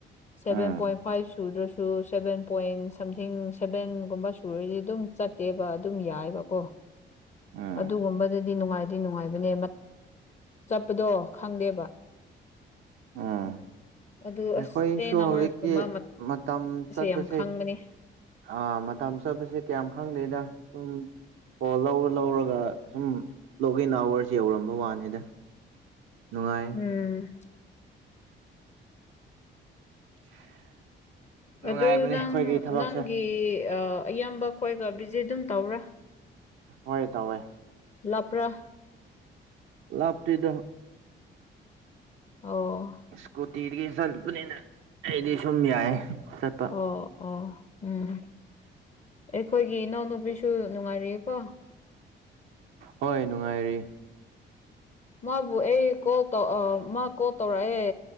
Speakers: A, on the left; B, on the right.
A: ꯁꯦꯚꯦꯟ
B: ꯎꯝ
A: ꯄꯣꯏꯟ ꯐꯥꯏꯚ ꯁꯨꯗ꯭ꯔꯁꯨ ꯁꯚꯦꯟ ꯄꯣꯏꯟ ꯁꯝꯊꯤꯡ ꯁꯚꯦꯟꯒꯨꯝꯕ ꯁꯨꯔꯗꯤ ꯑꯗꯨꯝ ꯆꯠ ꯅꯠꯇꯦꯕ ꯑꯗꯨꯝ ꯌꯥꯏꯕꯀꯣ
B: ꯎꯝ
A: ꯑꯗꯨꯒꯨꯝꯕꯗꯗꯤ ꯅꯨꯡꯉꯥꯏꯗꯤ ꯅꯨꯡꯉꯥꯏꯕꯅꯦ ꯆꯠꯄꯗꯣ ꯈꯪꯗꯦꯕ
B: ꯎꯝ
A: ꯑꯗꯨ ꯑꯁ
B: ꯑꯩꯈꯣꯏꯁꯨ
A: ꯇꯦꯟ ꯑꯋꯥꯔꯁꯀꯨꯝꯕ
B: ꯍꯧꯖꯤꯛꯇꯤ ꯃꯇꯝ ꯆꯠꯄꯁꯦ
A: ꯌꯥꯝ ꯈꯪꯕꯅꯦ
B: ꯑꯥ ꯃꯇꯝ ꯆꯥꯄꯁꯦ ꯀꯌꯥꯝ ꯈꯪꯗꯦꯗ ꯁꯨꯝ ꯀꯣꯜ ꯂꯧꯔ ꯂꯧꯔꯒ ꯁꯨꯝ ꯂꯣꯛ ꯏꯟ ꯑꯋꯔꯁ ꯌꯧꯔꯝꯕ ꯋꯥꯅꯤꯗ ꯅꯨꯡꯉꯥꯏ
A: ꯎꯝ
B: <inaudible> ꯅꯨꯡꯉꯥꯏꯕꯅꯦ
A: ꯑꯗꯨ ꯅꯪ
B: ꯑꯩꯈꯣꯏꯒꯤ ꯊꯕꯛꯁꯦ
A: ꯅꯪꯒꯤ ꯑꯌꯥꯝꯕ ꯈꯣꯏꯒ ꯚꯤꯖꯤꯠ ꯑꯗꯨꯝ ꯇꯧꯕꯔ꯭ꯥ
B: ꯍꯣꯏ ꯇꯥꯎꯋꯦ
A: ꯂꯥꯞꯄꯔ꯭
B: ꯂꯞꯇꯦꯗ
A: ꯑꯣ
B: ꯏꯁꯀꯨꯇꯤꯗꯒꯤ ꯆꯠꯄꯅꯤꯅ ꯑꯩꯗꯤ ꯁꯨꯝ ꯌꯥꯏ ꯆꯠ
A: ꯑꯣ ꯑꯣ ꯎꯝ ꯑꯩꯈꯣꯏꯒꯤ ꯏꯅꯥꯎꯅꯨꯕꯤꯁꯨ ꯅꯨꯡꯉꯥꯏꯔꯤꯀꯣ
B: ꯍꯣꯏ ꯅꯨꯡꯉꯥꯏꯔꯤ
A: ꯃꯥꯕꯨ ꯑꯩ ꯀꯣꯜ ꯇꯧ ꯃꯥ ꯀꯣꯜ ꯇꯧꯔꯛꯑꯦ